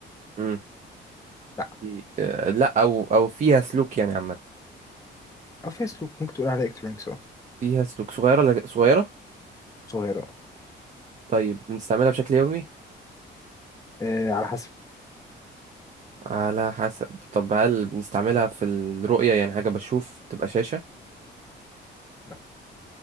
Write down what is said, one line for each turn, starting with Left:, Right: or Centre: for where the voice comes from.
Right: امم
Left: لا
Right: دي آه لا او او فيها سلوك يعني عامه
Left: او فيها سلوك ممكن تقول عليها الكترونكس اه
Right: فيها سلوك صغيره لا صغيره
Left: صغيرة
Right: طيب بنستعملها بشكل يومي
Left: اه آه، على حسب
Right: على حسب طب هل بنستعملها في الرؤية يعني حاجة بشوف تبقى شاشة
Left: لا.